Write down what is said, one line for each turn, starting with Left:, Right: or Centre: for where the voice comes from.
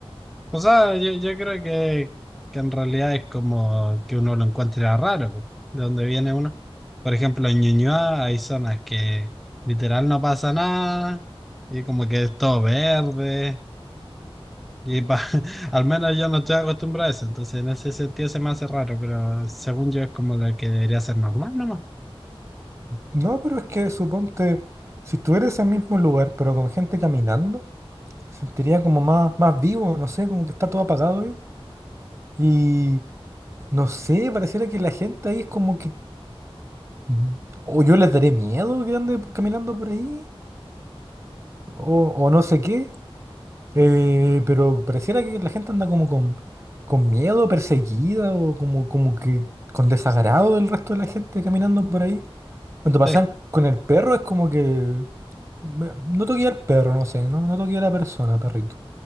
Centre: O sea, yo, yo creo que, que en realidad es como que uno lo encuentra raro, po, de dónde viene uno. Por ejemplo, en Ñuñoa hay zonas que literal no pasa nada y como que es todo verde. Y pa- <laughs> al menos yo no estoy acostumbrado a eso, entonces en ese sentido se me hace raro, pero según yo es como lo que debería ser normal nomás.
Right: No, pero es que suponte, si estuviera en ese mismo lugar, pero con gente caminando, se sentiría como más, más vivo, no sé, como que está todo apagado ahí. Y no sé, pareciera que la gente ahí es como que... mm, O yo les daré miedo que ande caminando por ahí, o o no sé qué. Eh, pero pareciera que la gente anda como con, con miedo, perseguida o como, como que con desagrado del resto de la gente caminando por ahí. Cuando pasan
Centre: Sí.
Right: con el perro es como que... me- No toqué al perro, no sé, no, no toqué a la persona, perrito.